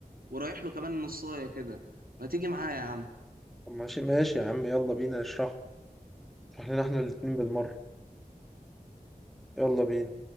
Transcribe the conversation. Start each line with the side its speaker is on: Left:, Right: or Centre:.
Right: ورايح له كمان نصايه كده ما تيجي معايا يا عم
Centre: طب ماشي ماشي يا عم يلا بينا اشرحه اشرح لنا احنا الاتنين بالمره يلا بينا